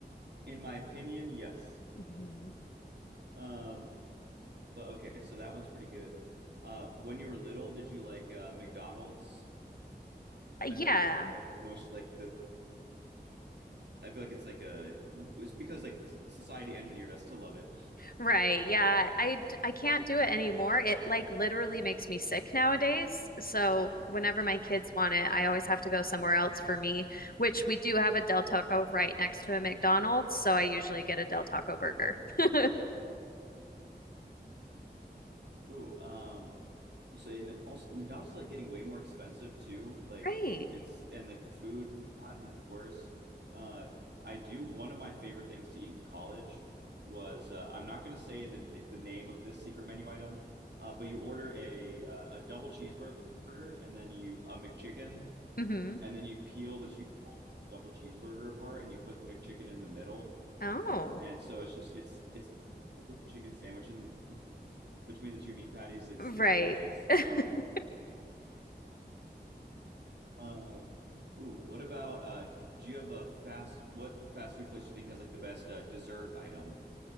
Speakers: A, on the right; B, on the left.
A: In my opinion, yes.
B: hmm
A: Um, but okay, so that one's pretty good. Uh, when you were little, did you like uh, McDonald's?
B: Uh,
A: I
B: Yeah,
A: feel like it's like, the most like the. I feel like it's like a. It's because like society engineered us to love it.
B: Right. Yeah.
A: Uh,
B: I d- I can't do it anymore. It like literally makes me sick nowadays. So whenever my kids want it, I always have to go somewhere else for me, which we do have a Del Taco right next to a McDonald's, so I usually get a Del Taco burger. <laughs>
A: ooh, um, So and also McDonald's is like getting way more expensive too. Like
B: Right.
A: it's and like the food's gotten worse. Uh, I do one of my favorite things to eat in college was uh, I'm not going to say the n- the name of this secret menu item, uh, but you order a uh, a double cheeseburger and then you a McChicken
B: Mm-hmm.
A: and then you peel the two sides of the double cheeseburger apart and you put the McChicken in the middle.
B: Oh,
A: And so it's just it's it's with the chicken sandwich in between the two meat patties. It's
B: right.
A: it's delicious.
B: <laughs>
A: Um, Uh, ooh, what about uh, do you have a fast what fast food place do you think has like the best uh, dessert item?